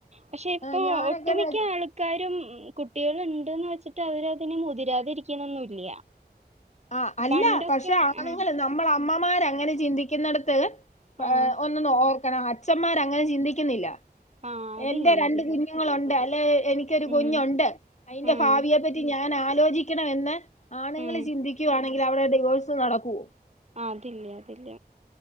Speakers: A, on the right; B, on the left.
A: പക്ഷെ ഇപ്പൊ
B: ആ, ഞാനൊക്കെന്ന്
A: ഒട്ടുമിക്ക
B: വെച്ചാ
A: ആൾക്കാരും കുട്ടികള ഉണ്ട്ന്ന് വെച്ചിട്ട് അവരതിനെ മുതിരാതിരിക്കുന്നൊന്നുംല്ല
B: ആ അല്ല
A: പണ്ടൊക്കെ
B: പക്ഷെ ആണെങ്കും
A: ആഹ്
B: നമ്മൾ അമ്മമാര അങ്ങനെ ചിന്തിക്കുന്നടത്ത് അ
A: ആഹ്
B: ഒ ന ഓ കണം <unintelligible> അച്ഛന്മാർ അങ്ങനെ ചിന്തിക്കുന്നില്ല
A: ആഹ് അതില്ല
B: എന്റെ രണ്ട്
A: അതില്ല
B: കുഞ്ഞുങ്ങളുണ്ട് അല്ലെ എനിക്കൊരു
A: ഉം
B: കുഞ്ഞുണ്ട് അയിന്റെ
A: ആഹ്
B: ഭാവിയെ പറ്റി ഞാൻ ആ- ലോചിക്കണം എന്ന് ആണുങ്ങള്
A: ഉം
B: ചിന്തി ക്കുന്നെങ്കിൽ അവിടെ ഡിവോഴ്സ് നടക്കൂവോ?
A: ആ അതില്ലേ അതില്ല